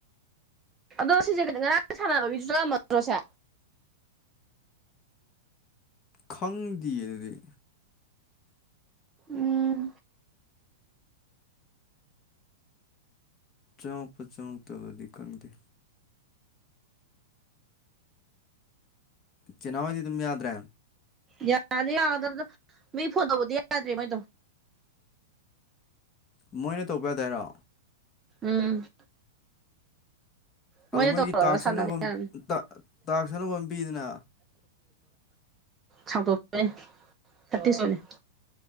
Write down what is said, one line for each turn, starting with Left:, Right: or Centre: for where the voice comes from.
Right: ꯑꯗꯣ ꯁꯤꯁꯦ ꯉꯔꯥꯡ ꯁꯥꯟꯅꯕ ꯒꯤꯗꯨꯁꯨ ꯆꯠꯉꯝꯃꯗ꯭ꯔꯣ ꯁꯤꯁꯦ
Left: ꯈꯪꯗꯦ ꯗꯨꯗꯤ
Right: ꯎꯝ
Left: ꯆꯪꯉꯛꯄ ꯆꯪꯉꯛꯇꯕꯗꯤ ꯈꯪꯗꯦ ꯆꯦ ꯅꯥꯎ ꯍꯣꯏꯗꯤ ꯑꯗꯨꯝ ꯌꯥꯗ꯭ꯔꯦ
Right: ꯌꯥꯗꯤ ꯌꯥꯒꯗꯕꯗꯣ ꯃꯤ ꯐꯣꯟ ꯇꯧꯕꯗꯤ ꯌꯥꯗ꯭ꯔꯦ ꯃꯣꯏꯗꯣ
Left: ꯃꯣꯏꯅ ꯇꯧꯕ ꯌꯥꯗꯦ ꯍꯥꯏꯔꯣ
Right: ꯎꯝ
Left: ꯑꯗꯣ
Right: ꯃꯣꯏꯅ
Left: ꯃꯣꯏꯒꯤ
Right: ꯇꯧꯔꯒ
Left: ꯇꯥꯛꯁ
Right: ꯁꯥꯟꯅꯕ
Left: ꯑꯅꯧꯕ ꯑꯃ
Right: ꯌꯥ.....
Left: ꯇꯥꯛꯁ ꯑꯅꯧꯕ ꯑꯃ ꯄꯤꯗꯅ
Right: ꯁꯥꯡꯇꯣꯛꯆꯦ ꯊꯠꯇꯤ ꯁꯣꯂ UNINTELLIGIBLE